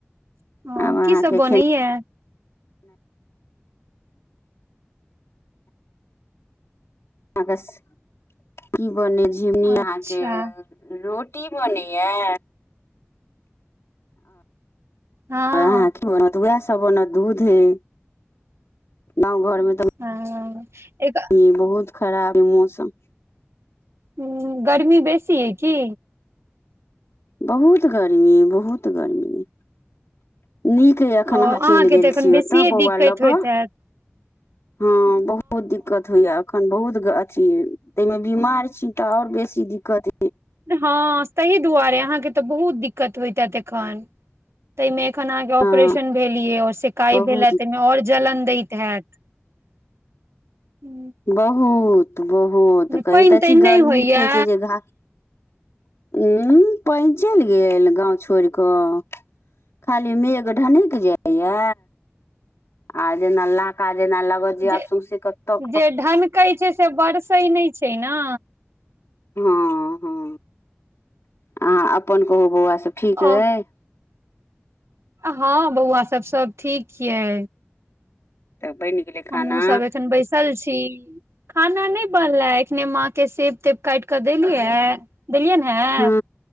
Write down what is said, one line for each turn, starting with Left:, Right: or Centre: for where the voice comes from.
Left: आब
Right: ह
Left: अहाँके
Right: की सब बनैया
Left: खेनाइ आवश्य <inaudible> कि बनि झिमनी
Right: अच्छा
Left: आ के रोटी बनैया
Right: हँ
Left: आहाके वएह सब दूध हे गांव घर मे त
Right: हँ एकः
Left: ई बहुत खराब ह मोसम
Right: ह गर्मी बेसी है कि
Left: बहुत गर्मी बहुत गर्मी नीक यइ एखन
Right: ओ
Left: अहाँ चलि
Right: अहाँके
Left: गेल
Right: तऽ एखन
Left: छी
Right: बेसिए
Left: ओतय बौआ
Right: दिक्कत
Left: लऽ
Right: होइत
Left: कऽ
Right: हैत
Left: हँ बहुत दिक्कत होय या अखन बहुत अथी तहिमे बीमार छी तऽ आओर बेसी दिक्कत
Right: हँ ताहि दुआरे अहाँके तऽ बहुत दिक्कत होइतत एखन ताहिमे एखन अहाँके ऑपरेशन
Left: हँ
Right: भेलियै आऔर शिकाई
Left: बहुत
Right: भेल हे
Left: दिक्कत
Right: तामे और जलन दैत हैत हू
Left: बहुत बहुत कही
Right: पानि
Left: तऽ
Right: तानि
Left: छी
Right: नहि
Left: गर्मी
Right: होइया
Left: एते छै जे घात उ पाइन चलि गेल गाँव छोड़ कऽ खाली मेघ ढनीक जाइया आ जेना लाका जेना लागत जब
Right: जे
Left: सौसी कतो
Right: जे ढनककै छै से बरसै नहि छै ना
Left: हँ हँ अहाँ अपन कहू बौआ सब ठीक
Right: ओ
Left: एय
Right: हँ बौआ सब सब ठीक य
Left: तऽ बनि गेलै खाना
Right: हमहुँ सब एखन बैसल छी खाना नहि बनले एखने माँ के से प काट कऽ देलियै देलियैन हहे
Left: हँ